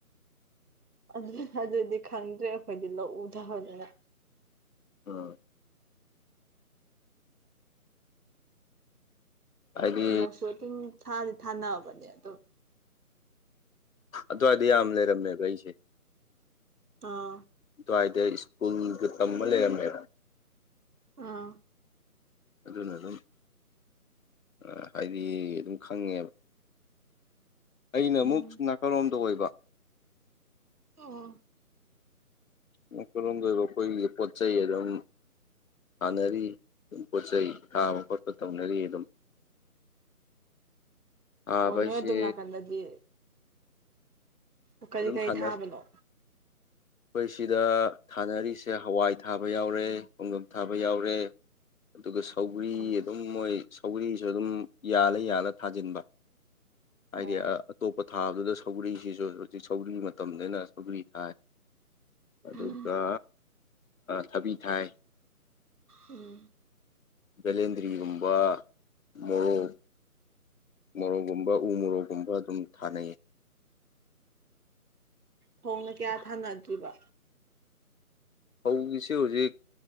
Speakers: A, on the right; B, on the left.
A: ꯑꯗꯨꯗꯤ ꯑꯗꯨꯗꯤ ꯈꯪꯗ꯭ꯔꯦ ꯑꯈꯣꯏꯗꯤ ꯂꯧ ꯎꯗꯕꯗꯅꯤꯅꯥ
B: ꯑ ꯍꯥꯏꯗꯤ
A: ꯅꯛꯁꯨ ꯑꯗꯨꯝ ꯊꯥꯗꯤ ꯊꯥꯅꯕꯅꯦ ꯑꯗꯨꯝ
B: ꯑꯗꯨꯋꯥꯏꯗ ꯌꯥꯝ ꯂꯩꯔꯝꯃꯦꯕ ꯑꯩꯁ‌ꯦ
A: ꯑꯥ
B: ꯑꯗꯨꯋꯥꯏꯗ ꯁ꯭ꯀꯨꯜꯒꯥ ꯇꯝꯃꯥ ꯂꯩꯔꯝꯃꯦ
A: ꯑꯥ
B: ꯑꯗꯨꯅ ꯑꯗꯨꯝ ꯑ ꯍꯥꯏꯗꯤ ꯑꯗꯨꯝ ꯈꯪꯉꯦꯕ ꯑꯩꯅ
A: ꯎꯝ
B: ꯑꯃꯨꯛ ꯁꯨꯝ ꯅꯥꯀꯜꯂꯣꯝꯗ ꯑꯣꯏꯕ
A: ꯑꯣ
B: ꯑꯩꯈ‌ꯣꯏꯔꯣꯝꯗ ꯑꯣꯏꯕ ꯑꯩꯈꯣꯏꯒꯤ ꯄꯣꯠ ꯆꯩ ꯑꯗꯨꯝ ꯊꯥꯟꯅꯔꯤ ꯄꯣꯠ ꯆꯩꯩ ꯊꯥꯕ ꯈꯣꯠꯄ ꯇꯧꯅꯔꯤ ꯑꯗꯨꯝ ꯊꯥꯕ
A: ꯑꯣ ꯅꯣꯏ
B: ꯍꯥꯏꯁꯦ
A: ꯑꯗꯨꯝ ꯅꯥꯀꯟꯗꯗꯤ ꯀꯔꯤ
B: ꯑꯗꯨꯝ
A: ꯀꯔꯤ
B: ꯊꯥꯅꯩ
A: ꯊꯥꯕꯅꯣ
B: ꯑꯩꯈꯣꯏ ꯁꯤꯗ ꯊꯥꯅꯔꯤꯁꯦ ꯍꯋꯥꯏ ꯊꯥꯕ ꯌꯥꯎꯔꯦ ꯈꯣꯡꯗꯨꯝ ꯊꯥꯕ ꯌꯥꯎꯔꯦ ꯑꯗꯨꯒ ꯁꯧꯒ꯭ꯔꯤ
A: ꯑꯣ
B: ꯑꯗꯨꯝ ꯃꯣꯏ ꯁꯧꯒꯔꯤꯁꯨ ꯑꯗꯨꯝ ꯌꯥꯜꯂ ꯌꯥꯜꯂ ꯊꯥꯖꯤꯟꯕ
A: ꯑꯣ
B: ꯍꯥꯏꯗꯤ ꯑꯇꯣꯞꯄ ꯊꯥꯕꯗꯨꯗ ꯁꯧꯒꯔꯤꯁꯤꯁꯨ ꯍꯧꯖꯤꯛ ꯁꯧꯒ꯭ꯔꯤ ꯃꯇꯝꯅꯤꯅ ꯁꯧꯒꯔꯤ ꯊꯥꯏ ꯑꯗꯨꯒ
A: ꯎꯝ
B: ꯊꯕꯤ ꯊꯥꯏ
A: ꯎꯝ
B: ꯕꯦꯂꯦꯟꯗ꯭ꯔꯤꯒꯨꯝꯕ ꯃꯣꯔꯣꯛ ꯃꯣꯔꯣꯛꯒꯨꯝꯕ ꯎ ꯃꯣꯔꯣꯛꯒꯨꯝꯕ ꯑꯗꯨꯝ ꯊꯥꯅꯩ
A: ꯎ ꯍꯣꯡꯅ ꯀꯌꯥ ꯊꯥꯅꯈꯤꯕ
B: ꯐꯧꯒꯤꯁꯦ ꯍꯧꯖꯤꯛ